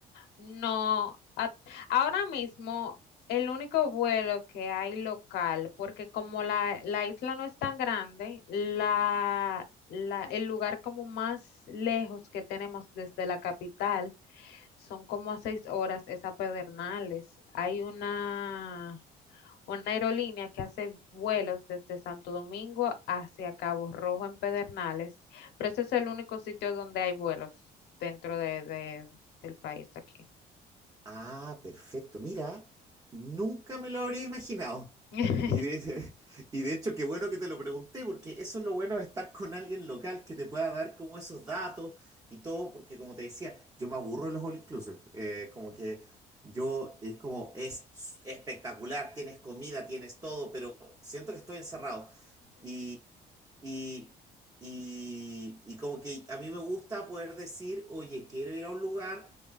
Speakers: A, on the left; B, on the right.
A: No, a- ahora mismo el único vuelo que hay local, porque como la, la isla no es tan grande, la, la, el lugar como más lejos que tenemos desde la capital son como a seis horas, es a Pedernales. Hay una, una aerolínea que hace vuelos desde Santo Domingo hacia Cabo Rojo en Pedernales, pero ese es el único sitio donde hay vuelos dentro de, de- del país aquí.
B: Ah, perfecto. Mira, nunca me lo habría imaginado.
A: <laughs>
B: Y de, <laughs> y de hecho, qué bueno que te lo pregunté, porque eso es lo bueno de estar con alguien local que te pueda dar como esos datos y todo, porque como te decía, yo me aburro de los all inclusive. Eh, como que yo es como, es s- espectacular, tienes comida, tienes todo, pero siento que estoy encerrado. Y, y, y, y como que a mí me gusta poder decir, oye, quiero ir a un lugar